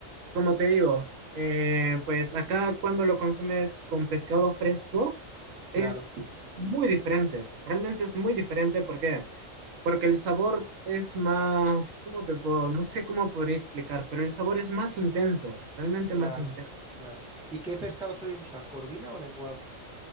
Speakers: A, on the right (about 80°); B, in the centre.
A: Como te digo, eh, pues acá cuando lo consumes con pescado fresco
B: claro,
A: es muy diferente, realmente es muy diferente, ¿por qué? Porque el sabor es más, ¿cómo te puedo? No sé cómo podría explicar, pero el sabor es más intenso, realmente
B: claro,
A: más intenso.
B: claro. ¿Y qué pescado soléis usar, corvina o lenguado?